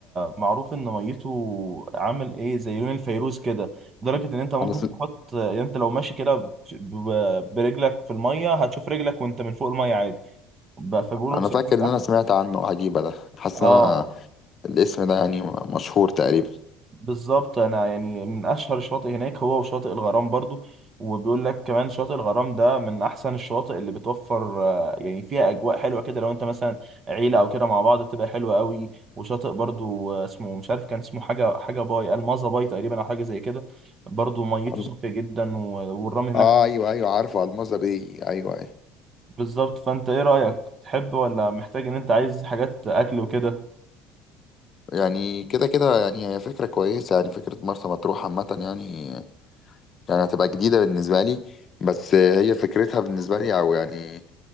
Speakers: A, on the right (about 35°); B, on the left (about 35°).
A: معروف إن ميته عامل إيه زي لون الفيروز كده لدرجة إن أنت ممكن
B: انا سم...
A: تحط يعني أنت لو ماشي كده ب- ب- برجلك في المية هتشوف رجلك وأنت من فوق المية عادي ب- فبيقولوا
B: انا
A: بصراحة
B: فاكر
A: من
B: ان
A: أحسن
B: انا سمعت عنه عجيبه ده حاسس
A: آه
B: ان انا الاسم ده يعني مشهور تقريبا
A: بالظبط انا يعني من اشهر الشواطئ هناك هو وشاطئ الغرام برضو وبيقول لك كمان شاطئ الغرام ده من احسن الشواطئ اللي بتوفر آه، يعني فيها اجواء حلوه كده لو انت مثلا عيله او كده مع بعض بتبقى حلوه قوي وشاطئ برضو آه، اسمه مش عارف كان اسمه حاجه حاجه باي المازا باي تقريبا او حاجه زي كده برضو ميته
B: أل-
A: صافيه جدا و- والرمل هناك
B: اه ايوه ايوه عارفه الماظة بي ايوه ايوه
A: بالظبط فانت ايه رايك تحب ولا محتاج ان انت عايز حاجات اكل وكده
B: يعني كده كده يعني هي فكرة كويسة يعني فكرة مرسى مطروح عامة يعني يعني هتبقى جديدة بالنسبة لي بس هي فكرتها بالنسبة لي أو يعني